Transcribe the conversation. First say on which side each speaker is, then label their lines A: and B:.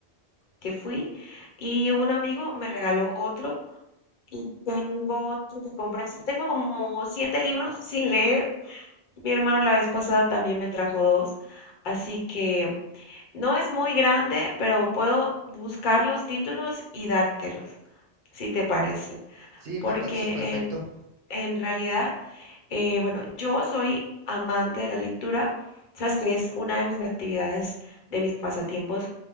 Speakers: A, on the left (about 50°); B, on the right (about 85°).
A: que fui y un amigo me regaló otro. Y tengo otro que compré. así que Tengo como siete libros sin leer Mi hermano la vez pasada también me trajo dos, así que no es muy grande, pero puedo buscar los títulos y dártelos, si te parece,
B: Sí,
A: porque
B: me parece perfecto.
A: en, en realidad, eh, bueno, yo soy amante de la lectura, sabes que es una de mis actividades, de mis pasatiempos